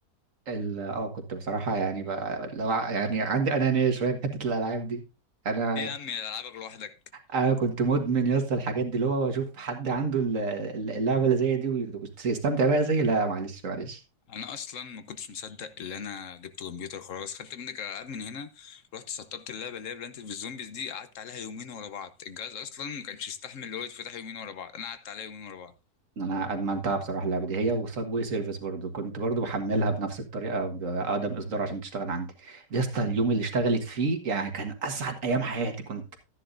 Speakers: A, on the right; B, on the left.
A: ال- اه كنت بصراحه يعني بقى لو ع- يعني عندي انانيه شويه في حته الالعاب دي انا
B: ايه يا عم يا العابك لوحدك
A: انا كنت مدمن يا اسطى الحاجات دي اللي هو اشوف حد عنده ال- ال- اللعبه اللي زي دي ويستمتع بيها زي لا معلش معلش
B: انا اصلا ما كنتش مصدق اللي انا جبت كمبيوتر خلاص خدت منك الالعاب من هنا رحت سطبت اللعبه اللي هي بلانت في الزومبيز دي قعدت عليها يومين ورا بعض الجهاز اصلا ما كانش يستحمل اللي هو يتفتح يومين ورا بعض انا قعدت عليها يومين ورا بعض
A: انا ادمنتها بصراحه اللعبه دي هي وصابوي سيرفيس برضو كنت برضو بحملها بنفس الطريقه باقدم اصدار عشان تشتغل عندي يا اسطى اليوم اللي اشتغلت فيه يعني كان اسعد ايام حياتي كنت